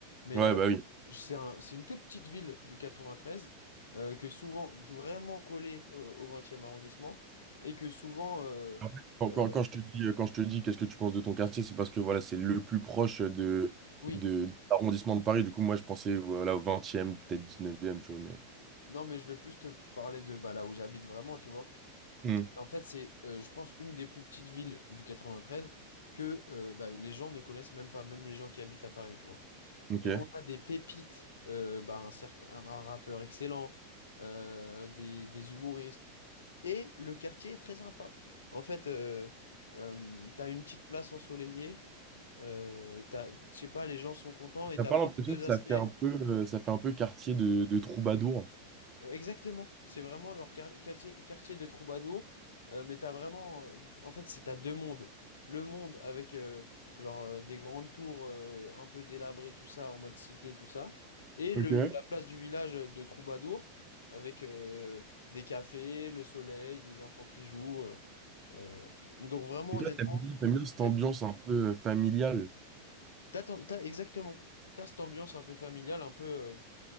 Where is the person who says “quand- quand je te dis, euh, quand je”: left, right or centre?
Right